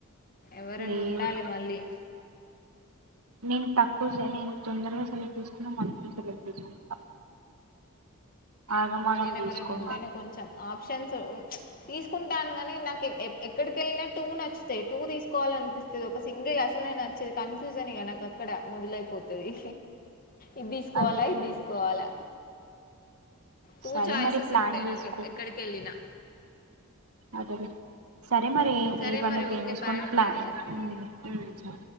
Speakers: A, on the left (about 40°); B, on the right (about 80°).
A: ఎవరన్న
B: లేదు
A: ఉండాలి మళ్ళీ
B: నేను తక్కువ నేను తొందరగా సెలెక్ట్ చేసుకున్న మంచియి సెలెక్ట్ చేసుకుంటా ఆగమాగం
A: నేను
B: తీసుకోను
A: ఎవరనా ఉంటేనే కొంచెం ఆప్షన్స్ తీసుకుంటాను గాని నాకు ఎ ఎక్కడిక వెళ్ళినా టూ నచ్చుతాయి టూ తీసుకు కోవాల అనిపిస్తది ఒక సింగి అసలే నచ్చది కన్ఫ్యూజన్ ఇగ నా అక్కడ మొదలైపోతది ఇది తీసుకోవాల
B: అదే అదే
A: ఇది తీసుకోవాలా టూ
B: సరే
A: చాయిసెస్
B: మరి ప్లాన్
A: ఉంటాయి
B: చేస్కో
A: నాకు ఎప్- ఎక్కడికి వెళ్ళినా
B: అదెలె సరే మరి ఏ
A: సరే
B: ఏ పండక్కి
A: మరి ఓకే
B: ఏమి వేసుకోవాలి
A: బాయ్ ఉంటాను
B: ప్లా
A: మరి
B: ఉ ఉ